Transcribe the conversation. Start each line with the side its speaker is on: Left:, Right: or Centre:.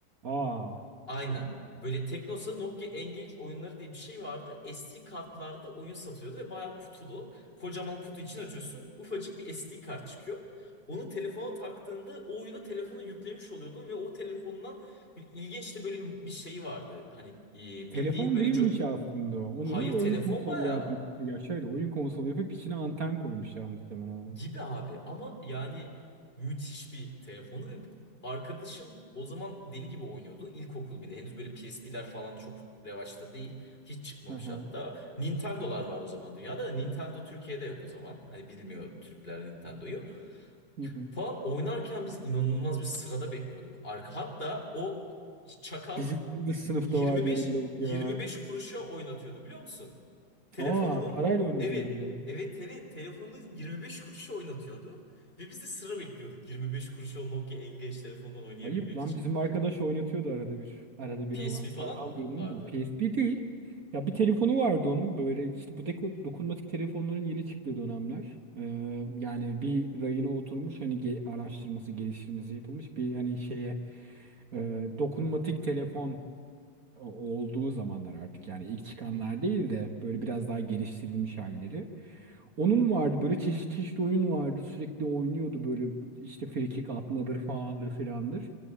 Right: Aa,
Left: Aynen. Böyle Teknosa Nokia Engage oyunları diye bir şey vardı. SD kartlarda oyun satıyordu ve bayağı kutulu. Kocaman kutu için açıyorsun. Ufacık bir SD kart çıkıyor. Onu telefona taktığında o oyuna telefonu yüklemiş oluyordun ve o telefondan bir- ilginç de böyle bir, bir şey vardı. Hani e,
Right: telefon
Left: bildiğin böyle
Right: değilmiş
Left: co-
Right: aslında. Onu
Left: Hayır
Right: oyun
Left: telefon
Right: konsolu
Left: bayağı.
Right: yapmış. Ya şöyle oyun konsolu yapıp içine anten koymuşlar muhtemelen.
Left: Gibi abi ama yani müthiş bir telefonu ve arkadaşım o zaman deli gibi oynuyordu. İlkokul bir de henüz böyle PSP'ler falan çok revaçta değil. Hiç çıkmamış
Right: <laughs>
Left: hatta. Nintendo'lar var o zaman dünyada da Nintendo Türkiye'de yok o zaman. Hani bilmiyor Türkler Nintendo'yu.
Right: Hı hı.
Left: Falan oynarken biz inanılmaz bir sırada bekliyorduk. Arka hatta o çakal
Right: Bizim de sınıfta
Left: 25
Right: vardı öyle bir lavuk
Left: 25
Right: ya.
Left: kuruşa oynatıyordu biliyor musun? Telefonunu
Right: Aa parayla oynatıyordu
Left: evet
Right: bir de.
Left: evet evet telefonunu 25 kuruşa oynatıyordu ve biz de sıra bekliyorduk 25 kuruşa o Nokia Engage telefondan oynayabilmek
Right: Ayıp lan
Left: için.
Right: bizim arkadaş oynatıyordu arada bir. Arada bir
Left: PSP
Right: ama.
Left: falan
Right: Para
Left: mı
Right: almıyordum
Left: vardı?
Right: ama. PSP değil. Ya bir telefonu vardı onun. Böyle işte bu deko- dokunmatik telefonların yeni çıktığı dönemler. Ee, yani bir rayına oturmuş hani ge- araştırması geliştirmesi yapılmış bir hani şeye e, dokunmatik telefon o- olduğu zamanlar artık yani ilk çıkanlar değil de böyle biraz daha geliştirilmiş halleri. Onun vardı böyle çeşit çeşit oyun vardı. Sürekli oynuyordu böyle işte frikik atmadır falandır filandır.